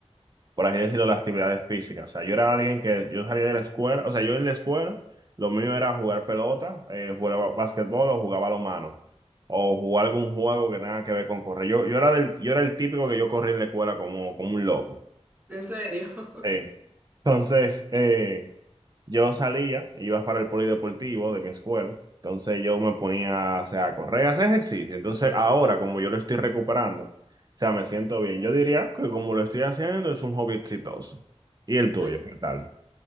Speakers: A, on the right; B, on the right.
A: por así decirlo, las actividades físicas. O sea, yo era alguien que yo salía de la escuela, o sea, yo en la escuela, lo mío era jugar pelota, eh, jugaba básquetbol o jugaba mano o jugar algún juego que tenga que ver con correr. Yo, yo era del, yo era el típico que yo corría en la escuela como, como un loco.
B: ¿En serio? <laughs>
A: Sí. Entonces, eh, yo salía, iba para el polideportivo de mi escuela, entonces yo me ponía, o sea, a correr, a hacer ejercicio. Entonces, ahora, como yo lo estoy recuperando, o sea, me siento bien. Yo diría que como lo estoy haciendo, es un hobby exitoso. ¿Y el tuyo?
B: Ah,
A: ¿Qué tal?